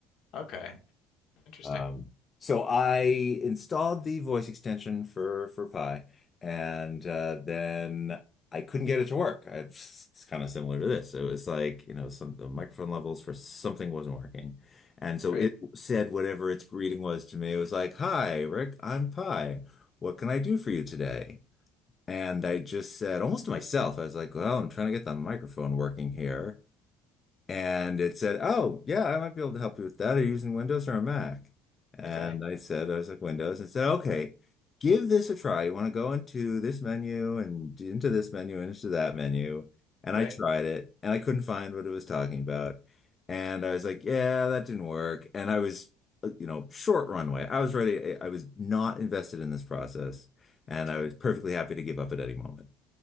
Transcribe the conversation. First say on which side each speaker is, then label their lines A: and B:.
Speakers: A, on the left; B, on the left.
A: Okay, interesting.
B: Um, so I installed the voice extension for for Pi, and uh, then I couldn't get it to work. It's, it's kind of similar to this. It was like, you know, some the microphone levels for something wasn't working, and so
A: Right.
B: it said whatever its greeting was to me. It was like, "Hi, Rick, I'm Pi. What can I do for you today?" And I just said, almost to myself, I was like, "Well, I'm trying to get the microphone working here." And it said, Oh, yeah, I might be able to help you with that. Are you using Windows or a Mac? And
A: Okay.
B: I said, I was like, Windows. And it said, Okay, give this a try. You want to go into this menu and into this menu and into that menu. And
A: Right.
B: I tried it and I couldn't find what it was talking about. And I was like, Yeah, that didn't work. And I was, uh, you know, short runway. I was ready. I I was not invested in this process and
A: Okay.
B: I was perfectly happy to give up at any moment,